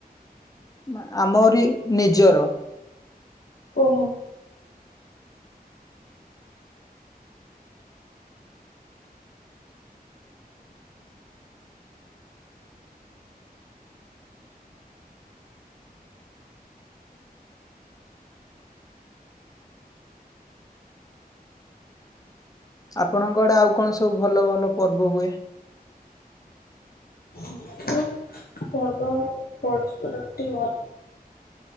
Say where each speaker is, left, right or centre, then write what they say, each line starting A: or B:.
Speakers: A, on the left; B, on the left.
A: ମା ଆମରି ନିଜର।
B: ଓହୋ।
A: ଆପଣଙ୍କ ଆଡେ ଆଉ କଣ ସବୁ ଭଲ ଭଲ ପର୍ବ ହୁଏ?
B: ହଁ <inaudible> ପର୍ବ ଗ <unintelligible> ଟିକେ ଭଲ।